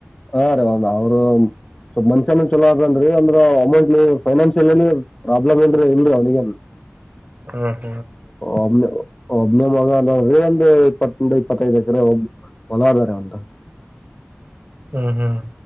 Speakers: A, on the left; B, on the right.
A: ಹಾ ರೀ ಒಂದ್ ಅವ್ರ ಸ್ವಲ್ ಮನ್ಷ್ಯನ ಚಲೋ ಅ್ರೇನ್ೀ ಅಂದ್ರ ಅಮೌಂಟ್ ಫೈನಾನ್ಸಿಯಲ್ಲ್ಲಿ ಪ್ರಾಬ್ಲಮ್ ಏನ್ರಿ ಇಲ್ರರಿ ಅವ್ನಿಗನ್
B: ಹ್ಮ
A: ಅಮ ಒಬ್ನೇ <unintelligible> ಒಂದು ಇಪ್ಪತ್ತಂದ ಇಪ್ಪತ್ತೈದು ಎಕರೆ ಒಂದ್ ಭಲಾದವಾರೆ ಅಂತ
B: ಹ್ಮ್ ಹ್ಮ್